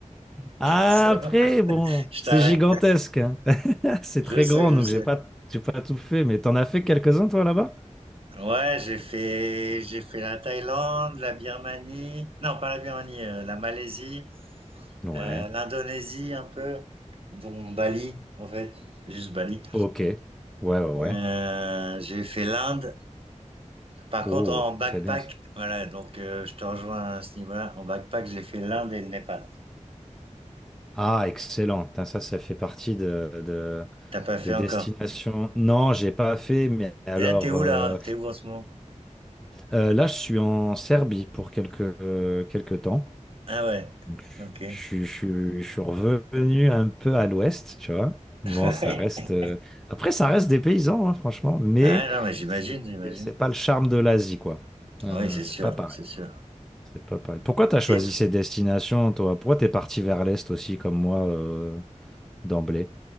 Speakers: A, in the centre; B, on the right.
A: Après,
B: C'est bon.
A: bon,
B: Je
A: c'est
B: t'arrête.
A: gigantesque. hein. <laughs> C'est
B: Je
A: très
B: sais,
A: grand,
B: je
A: donc
B: sais.
A: j'ai pas, j'ai pas tout fait. Mais t'en as fait quelques-uns, toi, là-bas?
B: Ouais, j'ai fait, j'ai fait la Thaïlande, la Birmanie, non pas la Birmanie, euh, la Malaisie,
A: Ouais.
B: euh, l'Indonésie un peu, dont Bali en fait, juste Bali.
A: Ok. Ouais, ouais, ouais.
B: Euh, j'ai fait l'Inde. Par
A: Oh,
B: contre, en backpack,
A: très bien ça.
B: voilà, donc euh, je te rejoins à ce niveau-là. En backpack, j'ai fait l'Inde et le Népal.
A: Ah, excellent. Putain, Ça, ça fait partie de, de,
B: T'as pas fait
A: de destination.
B: encore.
A: Non, j'ai pas fait, mais alors
B: Et là, t'es où
A: euh,
B: là? T'es où en ce moment?
A: euh, là, je suis en Serbie pour quelques, euh, quelques temps.
B: Ah ouais,
A: Donc,
B: ok.
A: je, suis- je, suis je suis revenu un peu à l'ouest, tu vois. Bon,
B: <laughs>
A: ça reste. euh, Après, ça reste des paysans, hein, franchement, mais
B: Ah non, mais j'imagine,
A: c'est
B: j'imagine.
A: c'est pas le charme de l'Asie, quoi. Euh,
B: Oui, c'est
A: c'est
B: sûr,
A: pas pareil.
B: c'est sûr.
A: C'est pas pareil. Pourquoi t'as choisi
B: Et,
A: ces destinations, toi? Pourquoi t'es parti vers l'est aussi, comme moi, euh, d'emblée?